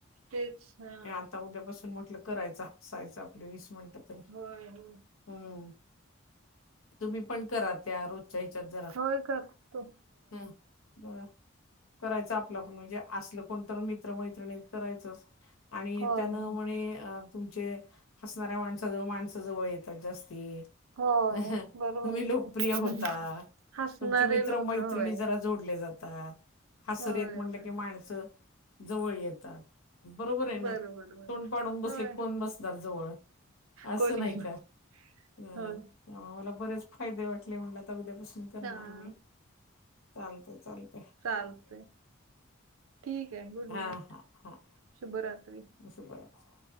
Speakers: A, on the right (about 85°); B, on the left (about 80°).
A: तेच हा
B: आता उद्यापासून म्हटलं करायचं, हसायचं आपले वीस मिनटं.
A: होय होय
B: हम्म. तुम्ही पण करा, त्या रोजच्या हिच्यात जरा
A: होय, कर ते
B: हं. बरं, करायचं आपलं आपण म्हणजे असलं कोणी तर, मित्र मैत्रिणीत करायचं. आणि
A: होय
B: त्यानं
A: होय
B: मग म्हणे अं <unintelligible> हंसणाऱ्या माणसाजवळ माणसाजवळ येतात जास्ती.
A: होय
B: तुम्ही
A: बरोबर आहे
B: लोकप्रिय होता.
A: की हसणारे
B: तुमची मित्र
A: लोक
B: मैत्रिणी
A: होय
B: जरा जोडले जातात. हसरेयेत
A: होय,
B: म्हणलं
A: होय.
B: की, माणस जवळ येतात. बरोबरेना,
A: बरोबर, बरोबर.
B: तोंड पाडून बसले
A: होय.
B: की, कोण बसणार जवळ? असं
A: कोणी
B: नाही
A: पण.
B: का. हम्म,
A: होय.
B: आम्हाला बरेच फायदे वाटले म्हणलं, आता उद्यापासून करणार.
A: हां.
B: मी चालतंय चालत
A: चालतेय, ठीक आहे. गुड
B: हां
A: नाईट,
B: हां हां
A: शुभरात्री.
B: शुभरात्री.